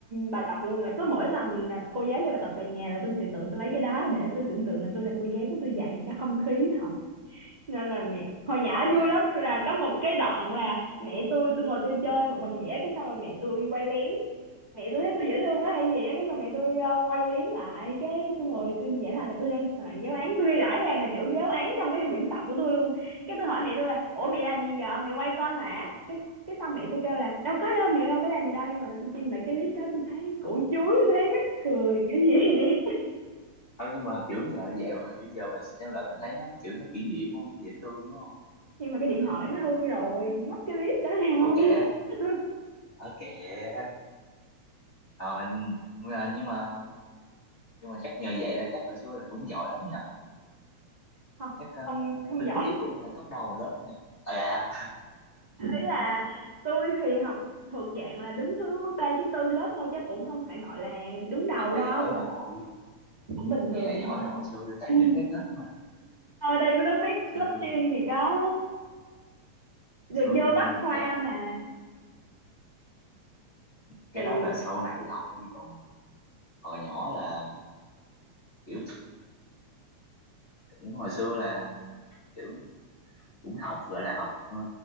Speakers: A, on the right; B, on the left.
A: bài tập luôn là cứ mỗi lần mà cô giáo giao bài tập về nhà là tôi sẽ tự tôi lấy cái đá để tôi tưởng tượng là tôi làm cô giáo của tôi dạy cho không khí học nên là mẹ hồi nhỏ vui
B: à.
A: lắm tôi là
B: ừ.
A: có một cái đoạn là mẹ tôi tôi ngồi tôi chơi một mình vậy cái xong rồi mẹ tôi quay lén mẹ tôi thấy tôi dễ thương quá hay gì á cái xong mẹ tôi ờ, quay liếng lại cái tôi ngồi tôi vẽ lại là tôi đang soạn giáo án tôi ghi rõ ràng là chữ giáo án trong cái quyển tập của tôi luôn cái tôi hỏi mẹ tôi là ủa mẹ làm gì vậy mẹ quay con hả cái cái xong mẹ tôi kêu là đâu có đâu mẹ đâu có làm gì đâu nhưng mà tôi xin lại cái clip đó tôi thấy củ chuối tôi thấy mắc cười kiểu gì <laughs>
B: Thôi nhưng mà kiểu giờ vậy mà bây giờ mình xem lại mình thấy nó kiểu nó kỷ niệm không nó dễ thương đúng không
A: nhưng mà cái điện
B: à,
A: thoại nó hư rồi nó mất cái clip đó rồi
B: ủa kìa
A: <laughs>
B: ở kìa Rồi, mà- nhưng mà nhưng mà chắc nhờ vậy là chắc hồi xưa là cũng giỏi lắm nha
A: không
B: chắc ờ,
A: không không
B: đứng
A: giỏi
B: chắc cũng phải top đầu lớp nha à dạ,
A: Thế là tôi thì học thuộc dạng là đứng thứ ba thứ tư lớp thôi chứ cũng không phải gọi là đứng đầu
B: vậy là
A: đâu
B: giỏi rồi
A: cũng bình thường
B: vậy là giỏi
A: thôi
B: rồi hồi xưa tôi toàn
A: <laughs>
B: đứng các lớp mà Hồi
A: <clears throat> ở đây mới biết
B: xưa
A: lớp
B: tôi
A: chuyên thì có được
B: hồi xưa
A: vô
B: tôi
A: bách khoa
B: vậy lắm
A: mà
B: cái
A: thì
B: đó là sau này thôi còn hồi nhỏ là kiểu cũng hồi xưa là kiểu cũng học gọi là học ờ,